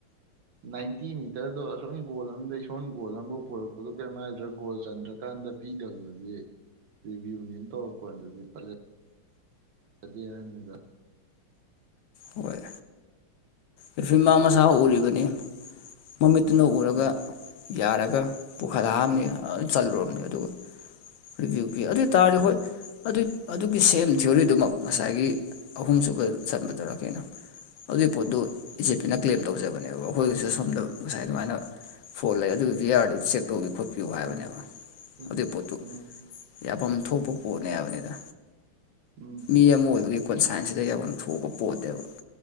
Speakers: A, on the right (about 60°); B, on the left (about 70°).
A: ꯅꯥꯏꯟꯇꯤ ꯃꯤꯇꯔꯗꯣ ꯑꯁꯣꯟꯝ ꯒꯣꯜ ꯑ ꯑꯃꯗꯩ ꯏꯁꯣꯟꯝ ꯒꯣꯜ ꯑꯃꯐꯥꯎ ꯄꯨꯔꯛꯄꯗꯣ ꯀꯔꯤꯝꯅꯗ꯭ꯔꯥ ꯒꯣꯜ ꯆꯟꯗ꯭ꯔꯀꯥꯟꯗ ꯄꯤꯗꯕꯗꯨꯗꯤ ꯔꯤꯚꯤꯌꯨꯅꯤꯌꯟ ꯇꯧꯔꯛ ꯀꯥꯟꯗꯗꯤ ꯐꯖꯩ ꯖꯗꯦ ꯍꯥꯏꯕꯅꯤꯗ
B: ꯍꯣꯏ ꯔꯐꯤ ꯃꯥ ꯃꯁꯥ ꯎꯔꯤꯕꯅꯤ ꯃꯃꯤꯠꯇꯨꯅ
A: ꯑꯗꯨꯅꯦ
B: ꯎꯔꯒ ꯌꯥꯔꯒ ꯄꯨꯈꯠꯂꯛꯑꯕꯅꯤ ꯆꯠꯂꯨꯔꯕꯅꯤ ꯑꯗꯨꯒ ꯔꯤꯚꯤꯌꯨ ꯄꯤꯏ ꯑꯗꯨ ꯇꯥꯔꯗꯤ ꯍꯣꯏ ꯑꯗꯨꯏ ꯑꯗꯨꯒꯤ ꯁꯦꯝ ꯊꯤꯑꯣꯔꯤꯗꯨꯃꯛ ꯉꯁꯥꯏꯒꯤ ꯑꯍꯨꯝꯁꯨꯕꯗ ꯆꯟꯕꯗꯨꯔ ꯀꯩꯅꯣ ꯑꯗꯨꯒꯤ ꯄꯣꯠꯇꯨ ꯏꯖꯦꯠ ꯄꯤꯅ ꯀ꯭ꯂꯦꯝ ꯇꯧꯖꯕꯅꯦꯕ ꯑꯩꯈꯣꯏꯒꯤꯁꯨ ꯁꯣꯝꯗ ꯉꯁꯥꯏ ꯑꯗꯨꯃꯥꯏꯅ ꯐꯣꯟ ꯂꯩ ꯑꯗꯨꯒꯤ ꯚꯤꯌꯥꯥꯔꯗꯨ ꯆꯦꯛ ꯇꯧꯕꯤꯌꯨ ꯈꯣꯠꯄꯤꯌꯨ ꯍꯥꯏꯕꯅꯦꯕ
A: ꯎꯝ ꯎꯝ
B: ꯑꯗꯨꯒꯤ ꯄꯣꯠꯇꯨ ꯌꯥꯐꯝ ꯊꯣꯛꯄ ꯄꯣꯠꯅꯦ ꯍꯥꯏꯕꯅꯤꯗ
A: ꯎꯝ
B: ꯃꯤ ꯑꯃ ꯑꯣꯏꯕꯒꯤ ꯀꯣꯟꯁꯥꯏꯟꯁꯤꯗ ꯌꯥꯝꯐꯝ ꯊꯣꯛꯑꯕ ꯄꯣꯠꯅꯦꯕ